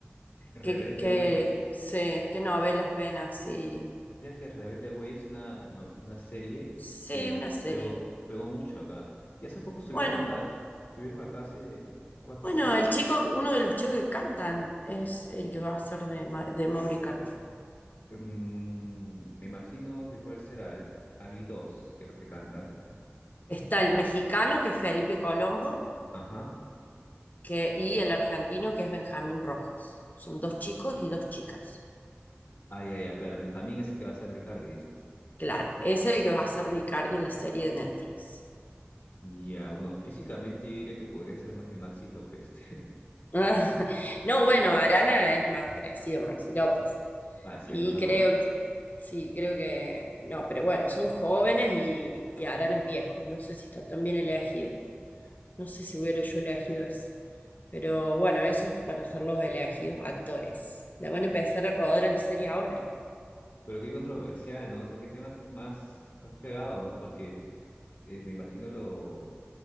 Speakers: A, on the left; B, on the left.
A: Rebelde
B: que, que, que
A: Way.
B: se- qué novelas ven así.
A: Mira que Rebelde Way es una, no- una serie
B: Sí,
A: que
B: una serie.
A: pegó, pegó mucho acá. Y hace poco estuvieron
B: Bueno,
A: acá. Estuvieron acá hace tu- cuatro.
B: Bueno, el chico, uno de los chicos que cantan es el que va a ser de, Ma- de Mauri Cardi.
A: mm, me imagino que cuál será. eh, Habí dos que los que cantan.
B: Está el mexicano, que es Felipe Colombo,
A: Ajá.
B: que, y el argentino, que es Benjamín Rojas. Son dos chicos y dos chicas.
A: Ah, ya, ya, claro. Benjamín ese que va a ser Ricardi, dices.
B: Claro, ese es el que va a ser de Icardi en la serie de Netflix.
A: Ya, uno físicamente yo diría que podría ser más de Maxi López. <laughs>
B: Ah, <laughs> No, bueno, Arana es más parecido a Maxi López.
A: Ah, sí,
B: Y
A: él no lo
B: creo,
A: conozco.
B: sí, creo que, no, pero bueno, son jóvenes y, y Arana es viejo. No sé si está tan bien elegido. No sé si hubiera yo elegido eso. Pero bueno, esos van a ser los elegidos actores. La van a empezar a rodar en serie ahora.
A: Pero qué controversial, ¿no? O sea, qué tema más, más fregado, ¿no? Porque eh, me imagino lo